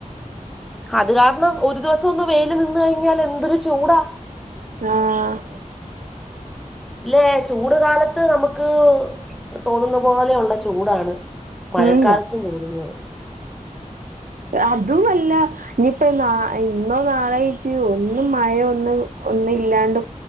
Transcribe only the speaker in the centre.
അത് കാരണം ഒരു ദിവസം ഒന്ന് വെയിൽ നിന്ന് കഴിഞ്ഞാൽ എന്തൊരു ചൂടാ.
ഇല്ലെ ചൂട് കാലത്ത് നമുക്ക് തോന്നുന്ന പോലെയുള്ള ചൂടാണ്. മഴക്കാലത്ത്
കൂടുന്നത്